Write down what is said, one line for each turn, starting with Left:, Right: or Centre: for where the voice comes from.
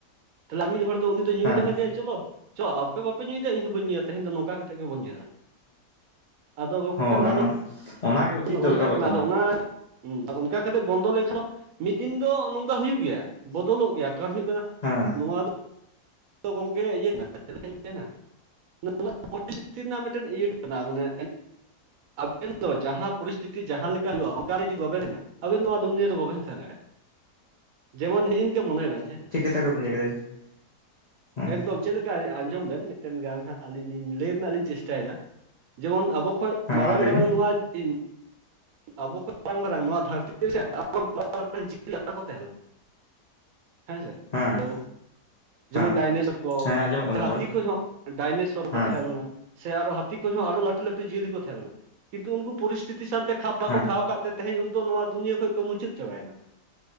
Right: ᱛᱟᱦᱚᱞᱮ ᱟᱨ ᱢᱤᱫ ᱦᱚᱲ ᱫᱚ ᱩᱱᱤ ᱧᱩᱭ
Left: ᱦᱮᱸ
Right: ᱨᱮᱦᱚᱸ ᱞᱟᱹᱭᱟ ᱪᱚᱞᱚ ᱪᱚ ᱟᱯᱮ ᱵᱟᱯᱮ ᱧᱩᱭᱮᱫᱟ ᱤᱧ ᱦᱚᱸ ᱵᱟᱹᱧ ᱧᱩᱭᱟ ᱛᱮᱦᱮᱧ ᱫᱚ ᱱᱚᱝᱠᱟ ᱠᱟᱛᱮᱜ ᱜᱮᱵᱚᱱ ᱧᱮᱞᱟ᱾ ᱟᱫᱚ ᱜᱚᱢᱠᱮ
Left: ᱦᱳᱭ
Right: ᱱᱚᱣᱟ ᱫᱚ
Left: ᱚᱱᱟᱜᱮ ᱩᱪᱤᱛ
Right: ᱱᱚᱜ
Left: ᱫᱚᱨᱠᱟᱨᱚᱜ
Right: ᱚᱝᱠᱟ ᱠᱟᱱᱟ ᱟᱫᱚ ᱚᱱᱟ ᱦᱮᱸ ᱚᱱᱠᱟ ᱠᱟᱛᱮᱫ ᱵᱚᱱᱫᱚ ᱞᱮᱱᱠᱷᱟᱱ ᱫᱚ ᱢᱤᱫ ᱫᱤᱱ ᱫᱚ ᱱᱚᱝᱠᱟ ᱦᱩᱭᱩᱜ ᱜᱮᱭᱟ ᱵᱚᱫᱚᱞᱚᱜ ᱜᱮᱭᱟ ᱠᱟᱨᱚᱱ ᱦᱩᱭᱩᱜ ᱠᱟᱱᱟ
Left: ᱦᱮᱸ,
Right: ᱱᱚᱣᱟ ᱫᱚ ᱜᱚᱢᱠᱮ ᱤᱭᱟᱹ ᱪᱮᱫ ᱞᱮᱠᱟᱧ ᱢᱮᱱᱟ, <unintelligible> ᱨᱮᱱᱟᱜ ᱢᱤᱫᱴᱮᱱ ᱤᱭᱟᱹ ᱠᱟᱱᱟ ᱢᱟᱱᱮ ᱢᱮᱱ ᱫᱚ ᱡᱟᱦᱟᱸ ᱯᱚᱨᱤᱥᱛᱷᱤᱛᱤ ᱡᱟᱦᱟᱸ ᱞᱮᱠᱟ ᱦᱩᱭᱩᱜᱼᱟ ᱚᱱᱠᱟ ᱨᱮ ᱡᱩᱫᱤ ᱵᱟᱵᱮᱱ ᱛᱟᱦᱮᱱᱟ, ᱟᱵᱮᱱ ᱱᱚᱣᱟ ᱫᱩᱱᱭᱟᱹ ᱨᱮ ᱵᱟᱵᱮᱱ ᱛᱟᱦᱮᱸ ᱫᱟᱲᱮᱭᱟᱜᱼᱟ ᱡᱮᱢᱚᱱ ᱦᱮᱸ ᱤᱱᱠᱟᱹ ᱢᱚᱱᱮᱭ ᱵᱮᱱ ᱦᱮᱸ,
Left: <unintelligible> ᱦᱮᱸ
Right: ᱮᱠᱫᱚᱢ ᱪᱮᱫ ᱞᱮᱠᱟ ᱟᱸᱡᱚᱢ ᱵᱮᱱ ᱢᱤᱫᱴᱮᱱ ᱜᱟᱱ ᱦᱟᱸᱜ ᱟᱹᱞᱤᱧ ᱞᱤᱧ ᱞᱟᱹᱭ ᱨᱮᱱᱟᱜ ᱞᱤᱧ ᱪᱮᱥᱴᱟᱭᱮᱫᱟ, ᱡᱮᱢᱚᱱ ᱟᱵᱚ ᱠᱷᱚᱱᱚᱡ
Left: ᱦᱮᱸ ᱢᱟ
Right: ᱢᱟᱨᱟᱝ
Left: ᱞᱟᱹᱭ
Right: ᱢᱟᱨᱟᱝ
Left: ᱵᱤᱱ
Right: ᱱᱚᱣᱟ ᱫᱤᱱ ᱟᱵᱚ ᱠᱷᱚᱱ ᱢᱟᱨᱟᱝ ᱢᱟᱨᱟᱝ ᱱᱚᱣᱟ ᱫᱷᱟᱹᱨᱛᱤ ᱨᱮᱥᱮ <unintelligible> ᱠᱚ ᱛᱟᱦᱮᱸ ᱞᱮᱱᱟ ᱦᱮᱸ ᱥᱮ
Left: ᱦᱮᱸ
Right: ᱦᱮᱞᱳ, ᱡᱮᱢᱚᱱ
Left: ᱦᱮᱸ
Right: ᱰᱟᱭᱱᱮᱥᱚᱨ ᱠᱚ
Left: ᱦᱮᱸ ᱟᱸᱡᱚᱢᱚᱜ ᱠᱟᱱᱟ
Right: ᱦᱟᱹᱛᱤ
Left: ᱨᱚᱲ
Right: ᱠᱚ ᱦᱚᱸ ᱰᱟᱭᱱᱮᱥᱚᱨ
Left: ᱦᱮᱸ
Right: ᱠᱚ ᱛᱟᱦᱮᱸ, ᱥᱮ ᱟᱨᱦᱚᱸ ᱦᱟᱹᱛᱤ ᱠᱷᱚᱱ ᱦᱚᱸ ᱟᱨᱚ ᱞᱟᱹᱴᱩ ᱞᱟᱹᱴᱩ ᱡᱤᱭᱟᱹᱞᱤ ᱠᱚ ᱛᱟᱦᱮᱸ ᱞᱮᱱᱟ ᱠᱤᱱᱛᱩ ᱩᱱᱠᱩ ᱯᱚᱨᱤᱥᱛᱷᱤᱛᱤ ᱥᱟᱶᱛᱮ ᱠᱷᱟᱯ ᱵᱟᱠᱚ
Left: ᱦᱮᱸ
Right: ᱠᱷᱟᱣᱟᱣ ᱟᱠᱟᱫ ᱛᱮ ᱛᱮᱦᱮᱧ ᱩᱱᱠᱩ ᱫᱚ ᱱᱚᱣᱟ ᱫᱩᱱᱭᱟᱹ ᱠᱷᱚᱱ ᱠᱚ ᱢᱩᱪᱟᱹᱫ ᱪᱟᱵᱟᱭᱮᱱᱟ ᱠᱚ